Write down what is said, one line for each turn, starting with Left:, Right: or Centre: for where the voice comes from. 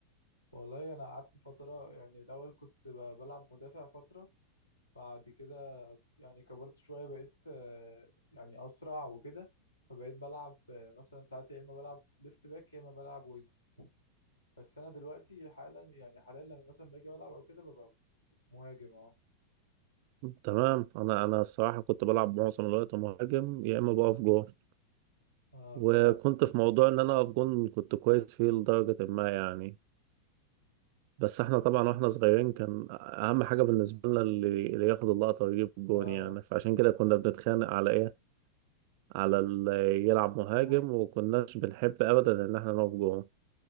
Left: والله انا قعدت فتره يعني الاول كنت ب- بلعب مدافع فتره بعد كده يعني كبرت شويه بقيت آه، يعني اسرع وكده فبقيت بلعب آه، مثلا ساعات يا اما بلعب ليفت باك يا اما بلعب وينج بس انا دلوقتي حالا يعني حاليا لما مثلا باجي بلعب او كده ببقى مهاجم اه
Right: تمام انا انا الصراحه كنت بلعب معظم الوقت مهاجم يا اما بقف جون
Left: آه،
Right: وكنت
Left: كنت بتعرف تصد
Right: في
Left: كمان
Right: موضوع ان انا اقف جون كنت كويس فيه لدرجه ما يعني بس احنا طبعا واحنا صغيرين كان اهم حاجه بالنسبه لنا اللي, اللي ياخد اللقطه ويجيب الجون
Left: اه
Right: يعني فعشان كده كنا بنتخانق على ايه على اللي يلعب مهاجم
Left: مهاجم
Right: وكناش بنحب ابدا ان احنا نقف جون